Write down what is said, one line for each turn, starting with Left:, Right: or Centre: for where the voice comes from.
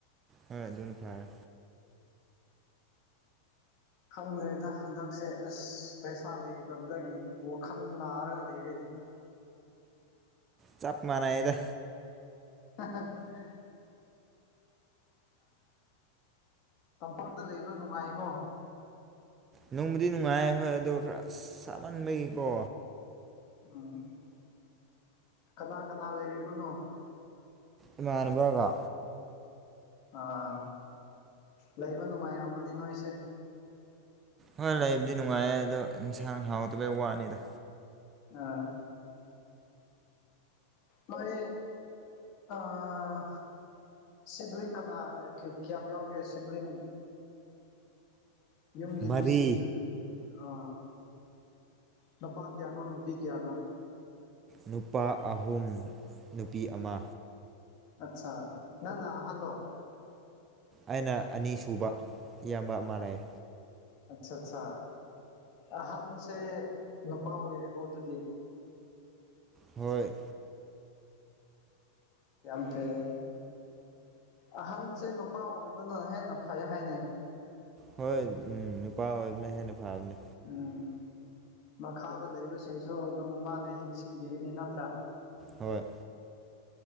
Right: ꯍꯣꯏ ꯑꯗꯨꯅ ꯐꯔꯦ
Left: ꯈꯪꯗ꯭ꯔꯦꯗ ꯍꯟꯗꯛꯁꯦ ꯑꯁ ꯄꯩꯁꯥ ꯂꯩꯗꯕꯗꯒꯤ ꯋꯥꯈꯜ ꯅꯥꯔꯒ ꯂꯩꯔꯦꯅꯦ <inaudible>
Right: ꯆꯞ ꯃꯥꯟꯅꯩꯗ
Left: <inaudible> ꯇꯝꯄꯥꯛꯇ ꯂꯩꯕ ꯅꯨꯡꯉꯥꯏꯀꯣ
Right: ꯅꯨꯡꯕꯨꯗꯤ ꯅꯨꯡꯉꯥꯏ ꯍꯣꯏ ꯑꯗꯣ ꯈꯔ ꯁꯥꯃꯟꯕꯒꯤꯀꯣ
Left: ꯑ ꯀꯅꯥ ꯀꯅꯥ ꯂꯩꯔꯤꯕꯅꯣ
Right: ꯏꯃꯥꯥꯟꯅꯥꯕꯥꯒꯥ
Left: ꯑꯥ ꯂꯩꯕ ꯅꯨꯡꯉꯥꯏꯔꯝꯃꯥꯅꯤ ꯅꯣꯏꯁꯦ
Right: ꯍꯣꯏ ꯂꯩꯕꯨꯗꯤ ꯅꯨꯡꯉꯥꯏ ꯑꯗꯣ ꯏꯟꯁꯥꯡ ꯍꯥꯎꯗꯕꯩ ꯋꯥꯅꯤꯗ
Left: ꯑꯥ ꯅꯣꯏ ꯑꯥ ꯁꯤꯕꯂꯤꯡ ꯀꯅꯥ ꯀꯌꯥꯝ ꯌꯥꯎꯒꯦ ꯁꯤꯕꯂꯤꯡ ꯌꯨꯝꯒꯤ
Right: ꯃꯔꯤ
Left: ꯃꯤꯁꯤꯡ ꯒ ꯑ ꯅꯨꯄꯥ ꯀꯌꯥꯅꯣ ꯅꯨꯄꯤ ꯀꯌꯥꯅꯣ
Right: ꯅꯨꯄꯥ ꯑꯍꯨꯝ ꯅꯨꯄꯤ ꯑꯃ
Left: ꯑꯆꯥ ꯅꯪꯅ ꯑꯍꯟ ꯂꯣ
Right: ꯑꯩꯅ ꯑꯅꯤ ꯁꯨꯕ ꯏꯌꯥꯝꯕ ꯑꯃꯥ ꯂꯩ
Left: ꯑꯠꯆꯥ ꯑꯠꯆꯥ ꯑꯍꯟꯁꯦ ꯅꯨꯄꯥ ꯑꯣꯏꯔꯦꯀꯣ ꯑꯗꯨꯗꯤ
Right: ꯍꯣꯏ
Left: ꯌꯥꯝ ꯊꯦꯡꯒꯦ ꯑꯍꯟꯁꯦ ꯅꯨꯄꯥ ꯑꯣꯏꯕꯅ ꯍꯦꯟꯅ ꯐꯩ ꯍꯥꯏꯅꯩ
Right: ꯍꯣꯏ ꯎꯝ ꯅꯨꯄꯥ ꯑꯣꯏꯕꯅꯥ ꯍꯦꯟꯅ ꯐꯕꯅꯤ
Left: ꯎꯝ ꯃꯈꯥꯗ ꯂꯩꯕꯁꯤꯡꯁꯨ ꯑꯗꯨꯝ ꯃꯥꯅ ꯌꯦꯡꯁꯤꯟꯕꯤꯒꯅꯤ ꯅꯠꯇ꯭ꯔꯥ
Right: ꯍꯣꯏ